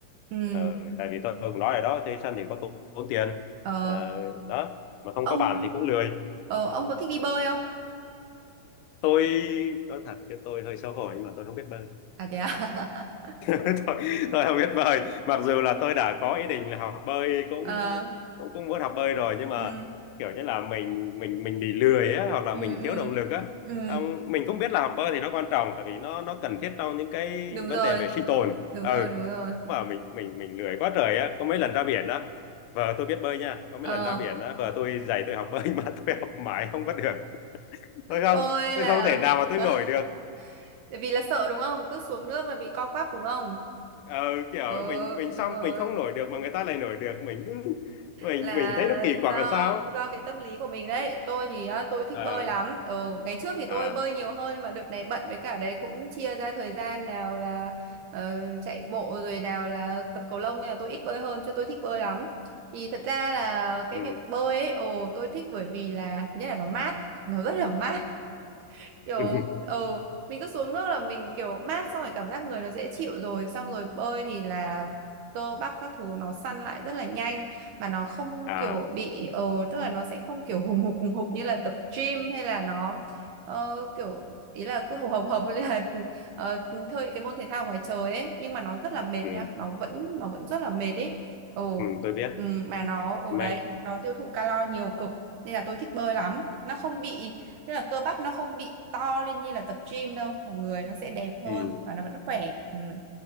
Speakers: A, on the right; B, on the left.
A: ừ
B: Ờ, tại vì tôi cũng nói rồi đó thuê sân thì có tốn, tốn tiền
A: ờ
B: Ờ, đó mà không
A: ông
B: có bàn thì cũng lười
A: ờ ông có thích đi bơi không
B: tôi nói thật chứ tôi hơi xấu hổ nhưng mà tôi không biết bơi
A: à thế à <laughs>
B: <laughs> tôi, tôi không biết bơi mặc dù là tôi đã có ý định là học bơi cũng
A: ờ
B: cũng cũng muốn học bơi rồi nhưng mà
A: ừ
B: kiểu như là mình mình mình bị lười á hoặc là
A: ừ
B: mình
A: ừ
B: thiếu động lực á
A: ừ
B: Ông, mình cũng biết là học bơi thì nó quan trọng tại vì nó nó cần thiết trong những cái
A: đúng rồi
B: vấn đề về sinh tồn
A: đúng
B: ừ
A: rồi đúng rồi
B: mà mình mình mình lười quá trời á có mấy lần ra biển á vợ tôi biết bơi nha có mấy
A: ờ
B: lần ra biển á vợ tôi dạy tôi học bơi <laughs> mà tôi học mãi không có được tôi không
A: tôi
B: tôi
A: là
B: không thể nào mà tôi
A: <laughs>
B: nổi được
A: tại vì là sợ đúng không cứ xuống nước là bị co quắp đúng không
B: ờ, kiểu
A: Ờ
B: mình mình xong
A: đúng rồi
B: mình không nổi được mà người ta lại nổi được mình cứ mình
A: là
B: mình thấy nó kỳ quặc
A: do
B: là sao á.
A: do cái tâm lý của mình đấy tôi thì á, tôi thích
B: à
A: bơi lắm ừ, ngày trước thì tôi
B: à
A: bơi nhiều hơn nhưng mà đợt này bận với cả đấy cũng chia ra thời gian nào là ờ, chạy bộ rồi nào là tập cầu lông nhưng mà tôi ít bơi hơn chứ tôi thích bơi lắm thì thật ra là cái
B: ừ.
A: việc bơi ấy ồ tôi thích bởi vì là thứ nhất là nó mát nó rất là mát kiểu
B: <laughs>
A: ờ mình cứ xuống nước là mình kiểu mát xong rồi cảm giác người nó dễ chịu rồi xong rồi bơi thì là cơ bắp các thứ nó săn lại rất là nhanh mà nó không
B: à
A: kiểu bị ờ tức là nó sẽ không kiểu hùng hục hùng hục như là tập gym hay là nó ờ, kiểu ý là cứ hồng hồng hồng như là <laughs> ờ, chơi cái môn thể thao ngoài trời ấy nhưng mà nó rất là mệt
B: ừ.
A: nha nó vẫn nó vẫn rất là mệt ấy ồ
B: Ừ, tôi biết
A: ừ, mà nó ở
B: mẹ
A: đấy nó tiêu thụ calo nhiều cực nên là tôi thích bơi lắm nó không bị Tức là cơ bắp nó không bị to lên như là tập gym đâu, mà người nó sẽ đẹp hơn
B: ừ.
A: và nó vẫn khỏe. Ừ.